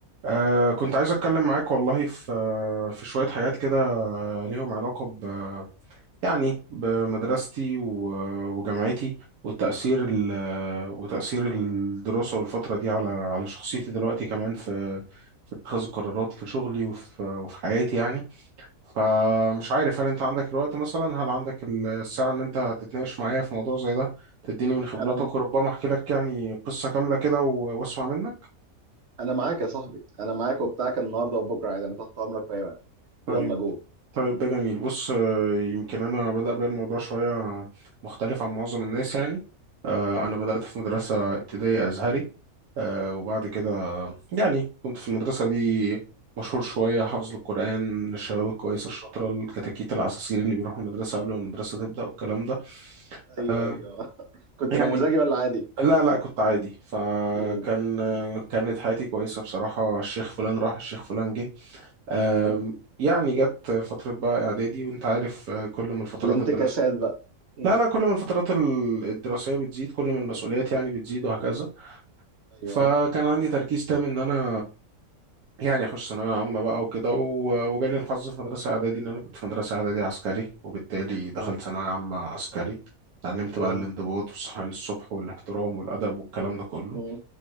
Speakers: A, on the right; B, on the right.
A: أه كنت عايز أتكلم معاك والله في آه، في شوية حاجات كده آه، ليهم علاقة ب يعني بمدرستي و- وجامعتي والتأثير ال وتأثير الدراسة والفترة دي على على شخصيتي دلوقتي كمان في في اتخاذ القرارات في شغلي وفي وفي حياتي يعني فمش عارف هل أنت عندك الوقت مثلا هل عندك الساعة إن أنت تتناقش معايا في موضوع زي ده تديني من خبراتك
B: انا
A: وربما أحكي لك يعني قصة كاملة كده و- وأسمع منك
B: انا معاك يا صاحبي انا معاك وبتاعك النهارده وبكره عادي انا تحت امرك في اي وقت
A: طيب
B: يلا جو
A: طيب ده جميل بص آه، يمكن انا بدأ بيا الموضوع شوية مختلف عن معظم الناس يعني آه، انا بدأت في مدرسة ابتدائية ازهري آه، وبعد كده يعني كنت في المدرسة دي مشهور شوية حافظ للقرآن للشباب الكويسة الشاطرة الكتاكيت العساسين اللي بيروحوا المدرسة قبل ما المدرسة تبدأ والكلام ده
B: ايوه
A: آه،
B: ايوه <laughs> كنت نموذجي
A: يعني
B: ولا عادي
A: لا لا كنت عادي فكان
B: مم.
A: آه، كانت حياتي كويسة بصراحة الشيخ فلان راح الشيخ فلان جه آم،
B: مم.
A: يعني جت فترة بقى إعدادي وأنت عارف آه، كل ما الفترات
B: الانتكاسات
A: الدراسية
B: بقى مم.
A: لا لا كل ما الفترات ال- الدراسية بتزيد كل ما المسؤوليات يعني بتزيد وهكذا
B: ايوه
A: فكان عندي تركيز تام إن أنا يعني أخش ثانوية عامة بقى وكده و- وجالي الحظ في مدرسة إعدادي إن أنا كنت في مدرسة إعدادي عسكري وبالتالي دخلت
B: مم.
A: ثانوية عامة عسكري اتعلمت
B: مم.
A: بقى الانضباط والصحيان الصبح والاحترام والأدب والكلام ده كله
B: مم.